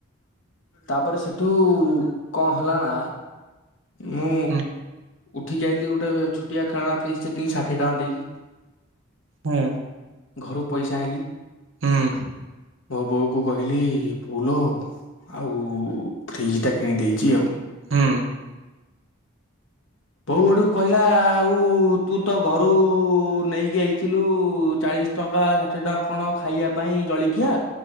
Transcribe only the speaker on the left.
ତାପରେ ସେଠୁ କଣ ହେଲା ନା ମୁଁ।
ଉଠିକି ଆଇଲି ଗୋଟେ ଛୋଟିଆ ଖେଳନା ଫ୍ରିଜଟେ କିିଣି ଷାଠିଏ ଟଙ୍କା ଦେଇକି।
ଘରୁ ପଇସା ଆଇଁଲି
ଭୋ ବଉ କୁ କହିଲି ବୋଉଲୋ ଆଉ ଫ୍ରିଜ ଟା କିଣି ଦେଇେଇଛି ଆଉ।
ବୋଉ ଗଟୁକୁ କହିଲା ଆଉ ତୁ ତ ଘରୁ ନେଇକି ଯଇଥିଲୁ ଚାଳିଶ ଟଙ୍କା ଷାଠିଏ ଟଙ୍କା କଣ ଖାଇବା ପାଇଁ ଜଳଖିଆ।